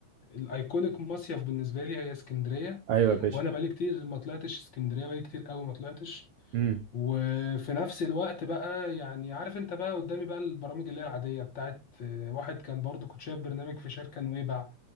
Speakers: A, on the left; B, on the right.
A: الايكونيك مصيف بالنسبه لي هي اسكندريه
B: ايوه يا باشا
A: وانا بقالي كتير ما طلعتش اسكندريه بقالي كتير قوي ما طلعتش
B: امم
A: وفي نفس الوقت بقى يعني عارف انت بقى قدامي بقى البرامج اللي هي العادية بتاعت آه، واحد كان برضو كنت شايف برنامج في شركة نويبع